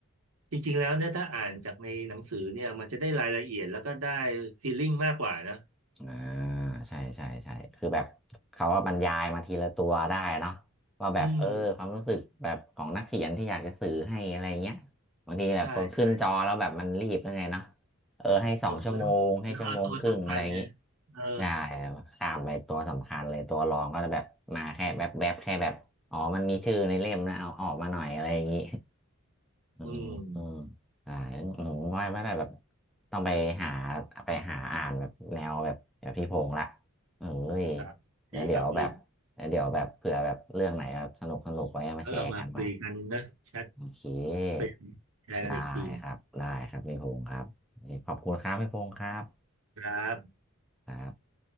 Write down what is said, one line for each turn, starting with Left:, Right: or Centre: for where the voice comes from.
Right: จริงๆแล้วเนี่ยถ้าอ่านจากในหนังสือเนี่ยมันจะได้รายละเอียดแล้วก็ได้ฟีลลิ่งมากกว่านะ
Centre: อ่าใช่ใช่ใช่คือแบบเขาก็บรรยายมาทีละตัวได้เนาะว่าแบบเออความรู้สึกแบบของนักเขียนที่อยากจะสื่อให้อะไรเงี้ย
Right: อืม
Centre: บางทีแบบพอขึ้นจอแล้วแบบมันรีบยังไงเนาะ
Right: ใช่ใช่ใช่
Centre: เออให้สองชั่วโมงให้ชั่วโมงครึ่งอะไรอย่างงี้
Right: ผมก็ต้องเอาตัวสำคัญเนี่ยเออ
Centre: ได้ข้ามไปตัวสำคัญเลยตัวรองก็จะแบบมาแค่แบบแบบแค่แบบอ๋อมันมีชื่อในเล่มนะเอาออกมาหน่อยอะไรอย่างงี้ อืออือ
Right: อืม
Centre: อ่าผมว่าไม่ได้แบบต้องไปหาไปหาอ่านแบบแนวแบบแบบพี่พงษ์ละเอ้ย
Right: ครับดีครับดี
Centre: เวเดี๋ยวแบบเดี๋ยวเดี๋ยวแบบเผื่อแบบเรื่องไหนแบบสนุกสนุกไว้มาแชร์กันใหม่
Right: แล้วเรามาคุยกันนะแชท
Centre: โอเค
Right: เป็นแชร์กันอีกที
Centre: ได้ครับได้ครับพี่พงษ์ครับขอบคุณครับพี่พงษ์ครับ
Right: ครับ
Centre: ครับ